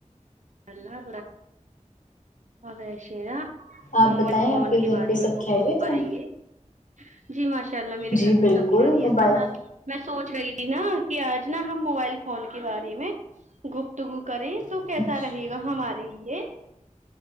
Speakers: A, on the right (about 70°); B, on the left (about 80°).
A: اللہ گشین <unintelligible>
B: آپ
A: موبائل
B: بتائیں
A: فون
B: آپ
A: کے
B: گھر
A: بارے
B: پہ
A: میں
B: سب
A: گفتگو
B: خیریت
A: کریں
B: ہے
A: گے جی ماشاء اللہ میرے
B: جی
A: گھر پر
B: بالکل
A: سب خیریت
B: موبائل
A: ہیں آپ میں سوچ رہی تھی نا کہ آج نا ہم موبائل فون کے بارے میں گپتگو کریں تو
B: فون
A: کیسا رہے گا ہمارے لیے